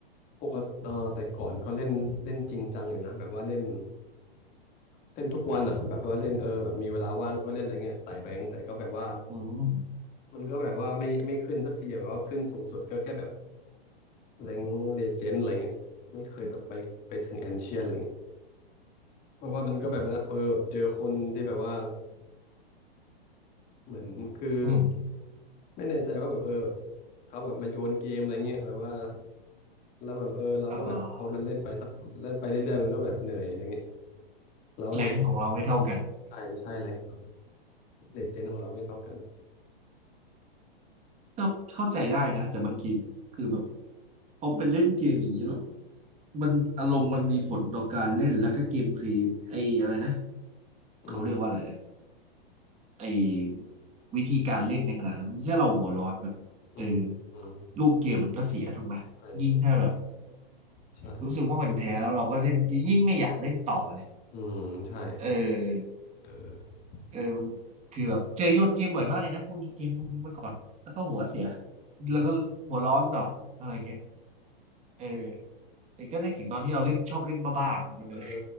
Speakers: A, on the left; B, on the right.
A: ปกติเออแต่ก่อนก็เล่นเล่นจริงจังอยู่นะแบบว่าเล่นเล่นทุกวันอ่ะแบบว่าเล่นเออแบบมีเวลาว่างก็เล่นอะไรเงี้ยไต่แรงค์แต่ก็แบบว่า
B: อืม
A: มันก็แบบว่าไม่ไม่ขึ้นสักทีอะแบบว่าขึ้นสูงสุดก็แค่แบบแรงเลเจนด์อะไรเงี้ยไม่เคยแบบไปไปถึงแอนเชียนอะไรเงี้ยเพราะว่ามันก็แบบนะเออแบบเจอคนที่แบบว่าเหมือนคือ
B: อืม
A: ไม่แน่ใจว่าแบบเออแบบเขาแบบมาโยนเกมอะไรเงี้ยแบบว่าแล้วแบบเออเราก็แบบพอมันเล่นไปสักเล่นไปเรื่อยๆมันก็แบบเหนื่อยอะไรเงี้ย
B: อ่า
A: เราก็เลยไม่
B: แรงของเราไม่เท่ากัน
A: ใช่ใช่แรงเลเจนด์ของเราไม่เท่ากัน
B: ก็เข้าใจได้นะแต่บางทีคือแบบพอไปเล่นเกมอย่างนี้แล้วมันอารมณ์มันมีผลต่อการเล่นแล้วก็เกมเพลย์ไอ้อะไรนะ
A: อืม
B: เขาเรียกว่าอะไรนะไอ้วิธีการเล่นในขณะนั้นที่เราหัวร้อนแบบเออ
A: อืมอืม
B: รูปเกมมันก็เสียถูกไหมยิ่งถ้าแบบ
A: ใช่ใช่ใช่
B: รู้สึกว่ามันแพ้แล้วเราก็เล่นยิ่งไม่อยากเล่นต่อเลย
A: อืมใช่
B: เออ
A: เออ
B: เออมันคือแบบเจอโยนเกมบ่อยมากเลยนะพวกนี้เกมพวกนี้เมื่อก่อนแล้วก็หัวเสีย
A: อืม
B: แล้วก็หัวร้อนต่ออะไรเงี้ยเออแต่ก็นึกถึงตอนที่เราเล่นชอบเล่นบ้าๆเหมือนกันเลย
A: เออ